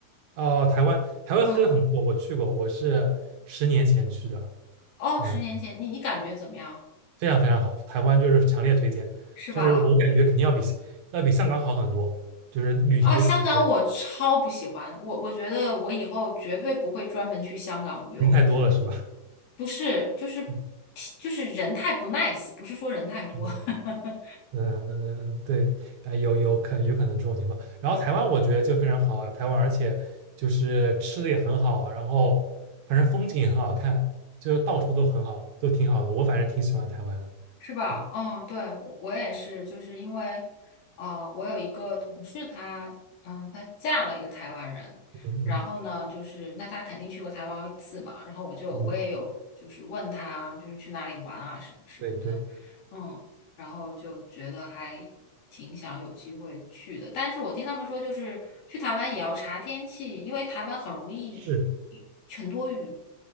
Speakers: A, on the right (about 65°); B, on the left (about 85°).
A: 哦，台湾，台湾真的很不错，
B: 嗯，
A: 我去过，我是十年前去的，
B: 哦，
A: 嗯，
B: 十年前你你感觉怎么样？
A: 非常非常好，台湾就是强烈推荐，
B: 是吧？
A: 就是我感觉肯定要比要比香港好很多，就是旅行的体验，
B: 啊，香港我超不喜欢，我我觉得我以后绝对不会专门去香港旅游，
A: 人太多了是吧？
B: 我觉得。不是，就是
A: <laughs>
B: 就是人太不 nice，不是说人太多，
A: 嗯
B: <laughs>
A: 嗯，嗯对，啊有有可有可能这种情况。然后台湾我觉得就非常好，台湾而且就是吃的也很好，然后反正风景也很好看，就到处都很好，都挺好的。我反正挺喜欢台湾的。
B: 是吧？
A: 嗯
B: 嗯，对，我我也是，就是因为，呃，我有一个同事她，嗯，她嫁了一个台湾人，
A: 嗯嗯
B: 然后呢，就是那她肯定去过台湾好几次嘛，然后我就我也有就是问她就是去哪里玩啊什么什么的，
A: 嗯，对对。
B: 嗯，然后就觉得还挺想有机会去的，但是我听他们说就是去台湾也要查天气，因为台湾很容易
A: 是，
B: 很多雨，